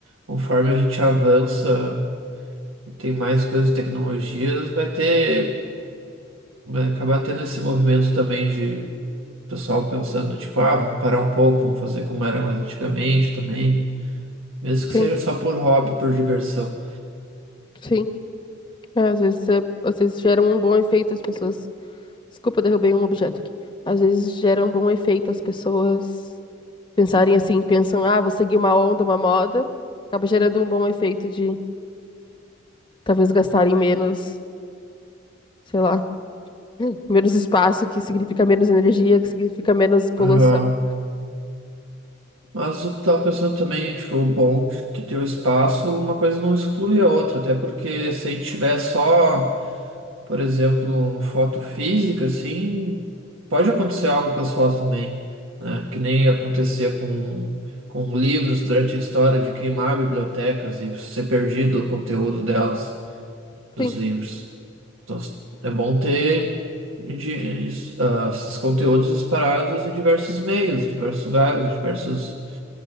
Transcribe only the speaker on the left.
Sim,
sim. É, às vezes, é- às vezes geram um bom efeito as pessoas. Desculpa, eu derrubei um objeto aqui. Às vezes gera um bom efeito as pessoas. pensarem assim, pensam, ah, vou seguir uma onda, uma moda, acaba gerando um bom efeito de talvez gastarem menos, sei lá, menos espaço, que significa menos energia, que significa menos poluição.
Sim,